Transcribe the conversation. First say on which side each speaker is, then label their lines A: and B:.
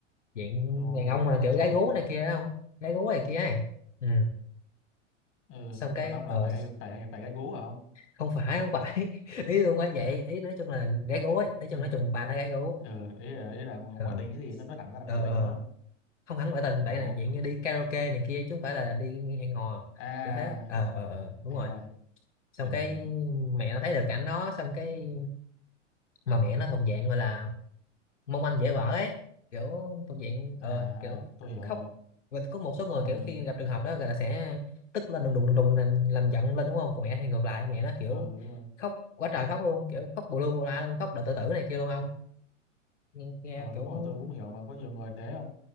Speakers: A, on the left; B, on the left.
A: diện
B: ờ,
A: đàn ông mà kiểu
B: chụp
A: gái
B: hình
A: gú này kia đó không gái gú này kia ấy ừ.
B: ừ
A: xong
B: đàn
A: cái
B: ông là
A: ờ
B: phải phải phải gai gú hả không
A: không phải không phải <laughs> ý tôi không phải vậy ý nói chung là gái gú ấy
B: <laughs>
A: nói chung nói chung bà nó gái gú
B: ừ ý là, ý là ngoại
A: ờ
B: tình cái gì nó nó thẳng ra là
A: ờ
B: ngoại tình
A: ờ
B: đúng không
A: không hẳn ngoại tình bạn
B: ồ
A: này dạng như đi karaoke này kia chứ không phải là đi hẹn hò
B: à
A: kiểu thế ờ
B: à à.
A: ờ ờ đúng
B: hiểu
A: rồi
B: rồi
A: xong
B: kiểu
A: cái mẹ nó thấy được cảnh đó xong cái mà mẹ nó thuộc dạng gọi là mong manh dễ vỡ ấy kiểu thuộc diện
B: à,
A: ờ, kiểu
B: à tôi hiểu
A: khóc
B: rồi
A: và có một số
B: xong
A: người
B: rồi
A: kiểu khi gặp trường hợp đó là sẽ tức lên đùng đùng đùng đùng làm, làm giận lên đúng không còn mẹ hay ngược lại mẹ nó kiểu
B: ờ đúng rồi
A: khóc quá trời khóc luôn kiểu khóc bù lu bù la luôn khóc đợi tự tử này kia luôn ông nghe, nghe
B: ờ đúng
A: kiểu
B: rồi tôi cũng hiểu mà có nhiều người thế không